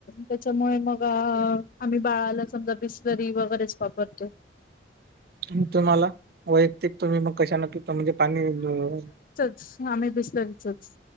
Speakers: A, on the left (about 45°); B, on the right (about 55°).
A: त्याच्यामुळे मग आम्ही बाळाला समजा बिस्लरी वगैरेच वापरतो.
B: हंम् तुम्हाला वैयक्तिक तुम्ही म कशानं पिता म्हणजे पाणी ल
A: हां मी बिस्लरीचच